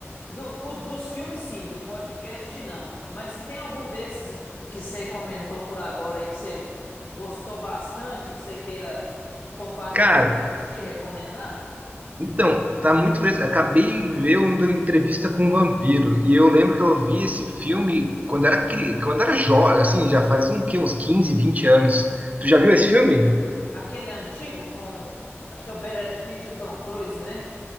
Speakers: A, on the left; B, on the right.
A: Do, os- dos filmes, sim. Do podcast, não. Mas tem algum desses que você comentou por agora aí que você gostou bastante, que você queira compartilhar
B: Cara,
A: e assistir, recomendar?
B: Então, tá muito fresco. Acabei de ver uma entrevista com um vampiro e eu lembro que eu vi esse filme quando era cri... quando era jovem, assim, já faz um quê? uns 15, 20 anos. Tu já viu esse filme?
A: Aquele antigo com. Acho que é o Brad Pitt e o Tom Cruise, né?